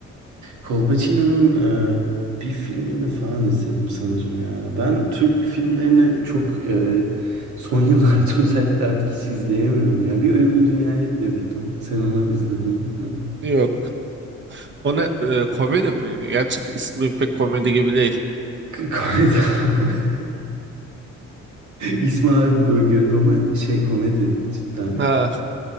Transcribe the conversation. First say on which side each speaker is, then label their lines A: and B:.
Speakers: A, on the right; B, on the right.
A: Colpacino'nun e, bir filmini falan izledim sanırım ya. Ben Türk filmlerini çok e, son yıllarda <laughs> özellikle artık hiç izleyemiyorum ya. Bir Ölümlü Dünya'ya gidebildim. Sen onu izledin mi?
B: Yok. O ne e, komedi mi? Gerçi ismi pek komedi gibi değil.
A: K- Komedi. <laughs> İsmi harbi böyle garip ama şey komedi cidden.
B: Ha,